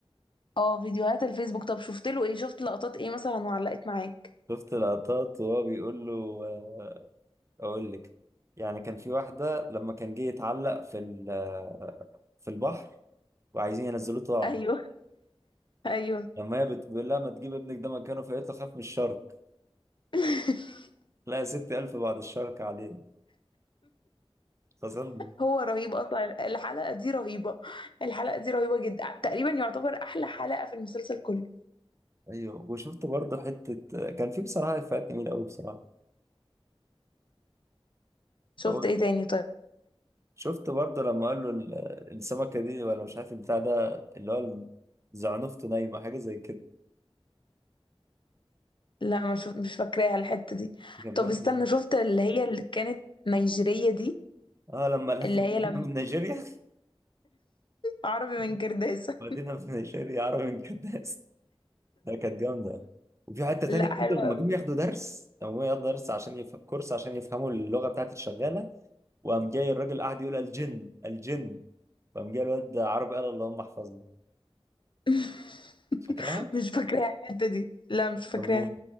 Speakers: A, on the left; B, on the right.
A: اه فيديوهات الفيسبوك طب شفت له ايه شفت لقطات ايه مثلا وعلقت معاك
B: شفت لقطات وهو بيقول له آه، اقول لك يعني كان في واحده لما كان جه يتعلق في ال- في البحر وعايزين ينزلوه طاعه
A: ايوه ايوه
B: لما هي بت- بتقول لها ما تجيب ابنك ده مكانه فقالت له خاف من الشرك
A: <laughs>
B: لا يا ستي ألف بعد الشرك عليه فظل
A: هو رهيب اصلا الحلقة دي رهيبة الحلقة دي رهيبة جدا تقريبا يعتبر احلى حلقة في المسلسل كله
B: أيوه وشفت برضه حتة كان في بصراحة إفيهات جميلة أوي بصراحة
A: شفت
B: هو
A: ايه تاني طيب
B: شفت برضه لما قال له ال- السمكة دي ولا مش عارف البتاع ده اللي هو زعنفته نايمة حاجة زي كده
A: لا مش شف- مش فاكراها الحتة دي
B: كان
A: طب
B: بيقول
A: استنى شفت اللي هي اللي كانت نيجيرية دي
B: اه لما قالت
A: اللي
B: له
A: هي
B: مدينة
A: لما
B: من نيجيريا
A: عربي
B: <laughs>
A: من كرداسة
B: مدينة من نيجيريا عربي من كداس ده كانت جامدة وفي حتة
A: <laughs> لا
B: تانية
A: حلوة
B: برضه لما جم ياخدوا درس لما جم ياخدوا درس عشان يف... كورس عشان يفهموا اللغة بتاعت الشغالة وقام جاي الراجل قاعد يقول الجن الجن فقام جاي الواد عربي قال اللهم احفظنا
A: <laughs>
B: فاكرها؟
A: مش فاكراها الحتة دي لا مش فاكراها
B: بموت.